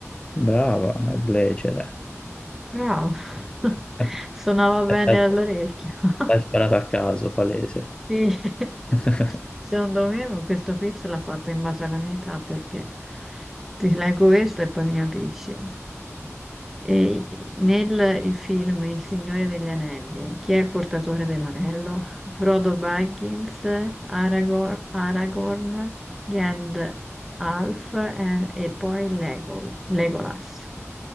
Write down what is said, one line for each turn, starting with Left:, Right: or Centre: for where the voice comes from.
Left: Brava, Heath Ledger.
Centre: Bravo. <laughs>
Left: <laughs>
Centre: Suonava bene
Left: L'hai
Centre: all'orecchio. <laughs>
Left: l'hai sparato a caso, palese.
Centre: Sì. <laughs>
Left: <laughs>
Centre: Secondo me questo quiz l'ha fatto in base alla mia età perché ti leggo questo e poi mi capisci. E nel il film Il Signore degli Anelli, chi è il portatore dell'anello? Frodo Baggins, Aragorn, Aragorn, Gandalf e, e poi Legol- Legolas.